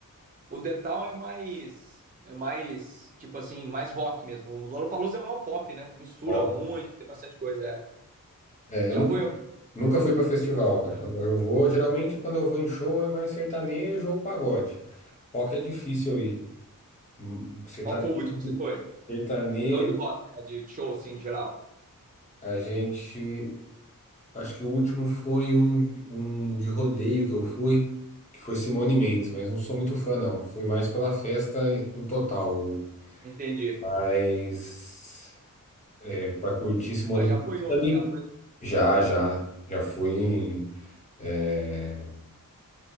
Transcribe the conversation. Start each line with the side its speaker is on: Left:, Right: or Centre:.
Right: o Detal é mais... É mais, tipo assim, mais rock mesmo. O Lollapalooza é mais um pop, né? Mistura
Left: Ó,
Right: muito, tem bastante coisa, é.
Left: É,
Right: Já
Left: eu nunca,
Right: foi... algum?
Left: nunca fui pra festival, cara.
Right: É.
Left: Quando eu vou, geralmente quando eu vou em show é mais sertanejo ou pagode. Rock é difícil eu ir. Hum, Sertanejo,
Right: Qual que foi o último que você foi?
Left: sertanejo,
Right: Não de rock, né? De show, assim, em geral.
Left: a gente. Acho que o último foi um, um de rodeio que eu fui, que foi Simone Mendes, mas não sou muito fã, não. Fui mais pela festa e- no total.
Right: Entendi.
Left: Mas é, para curtir Simone
Right: Mas
Left: Mendes
Right: já foi em outro,
Left: também.
Right: já foi...
Left: Já, já. Já fui em. é,